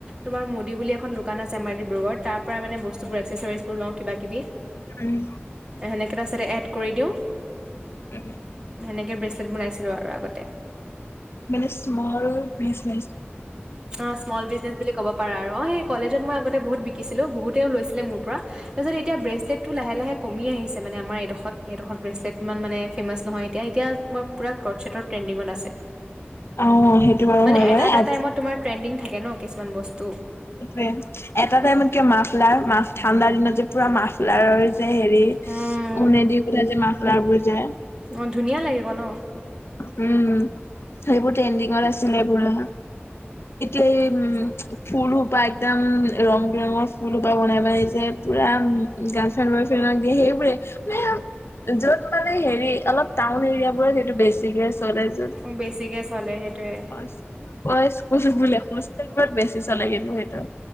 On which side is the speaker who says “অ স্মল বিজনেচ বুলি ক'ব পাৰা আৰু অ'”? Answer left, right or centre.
Right